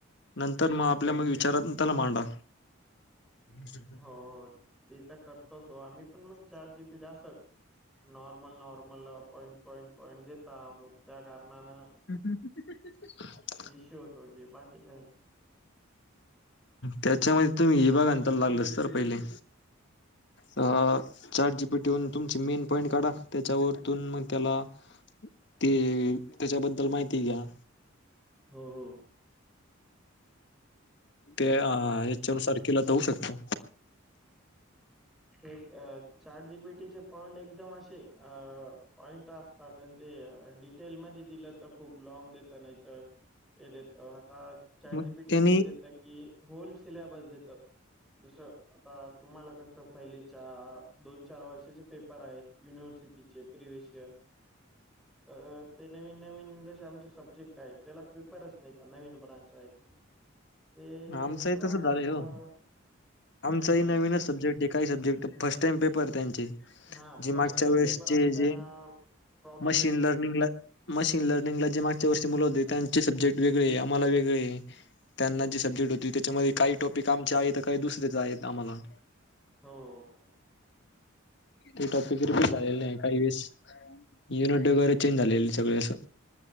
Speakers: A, on the left; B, in the centre.
A: नंतर मग आपल्या मग विचारात त्याला मांडा हम्म
B: हो ते तर करतोच हो आम्ही पण मग चारजी जा अस normal normal point point point देता मग त्या कारणानं
A: हम् ह
B: इश होतो की बाकी काही
A: त्याच्यामध्ये तुम्ही हे बाग आणतायला लागलस तर पहिले. ह. चार जी पी ठेवून तुमची मेन पॉईंट काढा त्याच्यावरतून मग त्याला ते त्याच्याबद्दल माहिती घ्या.
B: हो हो.
A: ते अ
B: बाकी
A: याच्यानुसारखेला जाऊ शकत.
B: ते चार जीबीटीचे पॉइंट एकदम असे अ पॉइंट अस. साधण ते डिटेल मध्ये दिलं तर खूप लॉंग देत नाहीत. एेत हताात. चारट
A: मग
B: जीबी टी
A: त्यांनी
B: कसं देत की होल सिलेबस देत जसं आता तुम्हाला कसं फहिलेच्या दोन चार वर्षाचे पेपर आहेत युनिव्हर्सिटी चपरी विष तर ते नवीन नवीन जसे आमचे सब्जेक्ट आहेत त्याला पेपरच नाहीत नवीन ब्रांच आहेत. ते
A: आमचही
B: ब्रांच
A: तस झालंय
B: मुळं
A: हो आमचाही
B: हम्म
A: नवीनच सब्जेक्ट काय सब्जेक्ट फर्स्ट टाम पेपर त्यांचे
B: हा
A: जे
B: फर्स्ट
A: मागच्या
B: टाइम
A: वेळेसचे
B: पेपर असल्यान
A: जे
B: प्रॉब्लेम
A: मशीन
B: आहे
A: लर्निंगला मशीन लर्निंगला जे मागच्या वर्षी मुलं होते त्यांचे सब्जेक्ट वेगळे आम्हाला वेगळे. त्यांना जी सब्जेक्ट होती त्याच्यामध्ये काही टॉपिक आमचे आहेत काही दुसऱ्याच आहेत आम्हाला
B: हो. हो.
A: ते टॉपिकप
B: चला
A: झालेलं नाही काही वेळेस. युनिट वगैरे चेंज झाले सगळे असं.